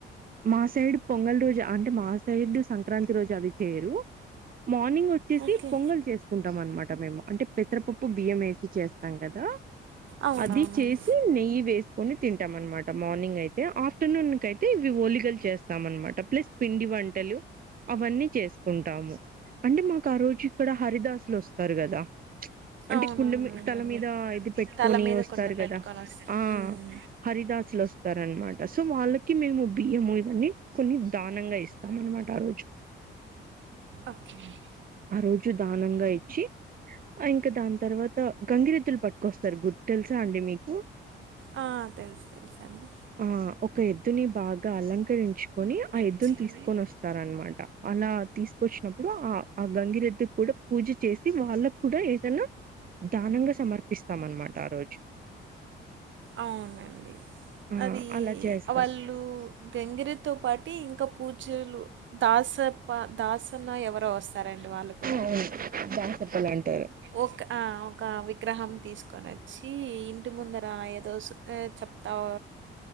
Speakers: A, on the right; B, on the right.
A: మా సైడ్ పొంగలి రోజు అంటే మా సైడ్ సంక్రాంతి రోజు అవి తెరు మార్నింగ్ వచ్చేసి
B: ఓకే.
A: పొంగల్ చేసుకుంటాం అనమాట మేము అంటే పెసరపప్పు బియ్యం వేసి చేస్తాం కదా.
B: అవునవునవును.
A: అది చేసి నెయ్యి వేసుకొని తింటాం అనమాట మార్నింగ్ అయితే ఆఫ్టర్నూన్ క తె ఇవి ఓలిగలు చేస్తాం అనమాట ప్లస్ పిండి వంటలు అవన్నీ చేసుకుంటాము అంటే మాకు ఆ రోజు ఇక్కడ హరిదాసులు వస్తారు కదా ప్చ్ అంటే
B: అవునవునవునండి.
A: కుండ మీ తల మీద ఇది పెట్టుకొని
B: తల మీద
A: వస్తారు
B: కుండ పెట్టుకొనొస్తా.
A: కదా. ఆ
B: హ్మ్.
A: హరిదాసులొస్తారన్మాట సో వాళ్ళకి మేము బి ఇవన్నీ కొన్ని దానంగా ఇస్తాం అన్నమాట ఆ రోజు
B: ఓకే అండి.
A: ఆ రోజు దానంగా ఇచ్చి ఆ ఇంకా దాం తర్వాత గంగిరెద్దులు పట్కొస్తారు గుర్ తెలుసా అండి మీకు
B: ఆ! తెలుసు తెలుసండి.
A: ఆ ఒక ఎద్దుని బాగా అలంకరించుకొని ఆ
B: ఇచ్చుకుని
A: ఎద్దున్ తీసుకొనొస్తారన్మాట అలా తీసుకొచ్చినప్పుడు ఆ ఆ గంగిరెద్దుక్కుడా పూజ చేసి వాళ్ళక్కుడా ఏదనా దానంగా సమర్పిస్తామన్మాట ఆ రోజు
B: అవునండి
A: ఆ
B: అదీ
A: అలా చేస్తాం
B: వాళ్ళు గంగిరెద్ తో పాటి ఇంకా పూజలు దాస్ సర్ప దాస్ తున్న ఎవరో వస్తారండి వాళ్ళు కూడా
A: అవును దాసప్పలు అంటారు
B: ఓక్ ఆ ఒక వి గ్రహం తీసుకొనోచ్చి ఇంటి ముందర ఏదో సో ఏ చెప్తావ్